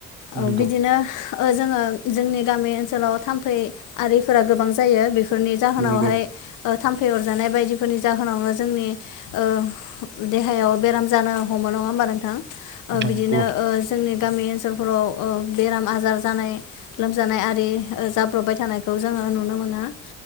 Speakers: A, on the left; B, on the right.
A: ओ
B: नंगौ
A: बिदिनो ओ जोङो जोंनि गामि ओनसोलाव थाम्फै आरिफोरा गोबां जायो बे फोरनि जाहोनावहाय
B: नंगौ
A: ओ थाम्फै अरजानाय बायदिफोरनि जाहोनावनो जोंनि ओ देहायाव बेराम जानो हमो नङा होमबा नोंथां? ओ
B: नंगौ
A: बिदिनो ओ जोंनि गामि ओनसोलफोराव ओ बेराम आजार जानाय लोमजानाय आरि जाब्रब'बाय थानायखौ जोङो ना